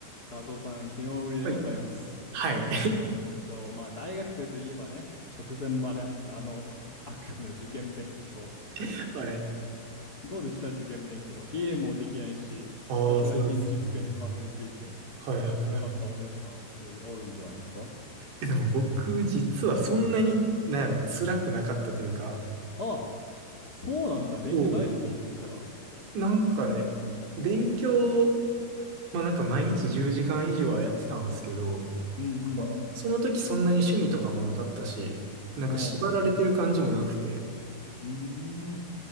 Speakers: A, on the left; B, on the right.
A: 加藤さん、昨日ぶりでございます。
B: はい。はい。
A: そう、まあ、大学生といえばね、直前まであったあの悪夢の受験勉強。
B: <laughs> はい。
A: どうでした受験勉強も。ゲームもできないし、
B: ああ、
A: ひたすら一日机にかじりついて、
B: そうなんですね。はいはいはい。
A: なんか辛かった思い出とかいろいろあるんじゃないですか
B: えでも僕、実はそんなに、なんやろ、辛くなかったというか、
A: あ、そうなんだ。勉強大好きそしたら。
B: こう、なんかね、勉強、まあなんか毎日10時間以上はやってたんですけど、
A: うんうん
B: その時そんなに趣味とかもなかったし、なんか縛られてる感じもなくて、
A: うん。おう。うーん。